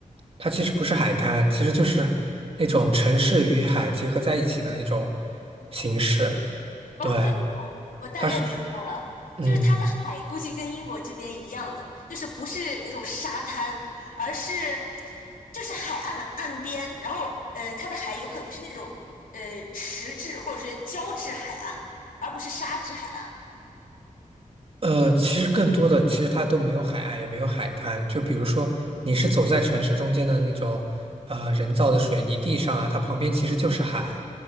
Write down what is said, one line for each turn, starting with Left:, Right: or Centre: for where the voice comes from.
Right: 它其实不是海滩，其实就是那种城市与海结合在一起的那种形式。
Left: OK，
Right: 对，
Left: 我我大概明白了，
Right: 它是，嗯。
Left: 就是它的海估计跟英国这边一样的，就是不是那种沙滩，而是就是海岸岸边，然后呃，它的海有可能是那种呃石质或者是胶质海岸，而不是沙质海岸。
Right: 呃，其实更多的，其实它都没有海岸，也没有海滩。就比如说，你是走在城市中间的那种，呃，人造的水泥地上啊，它旁边其实就是海，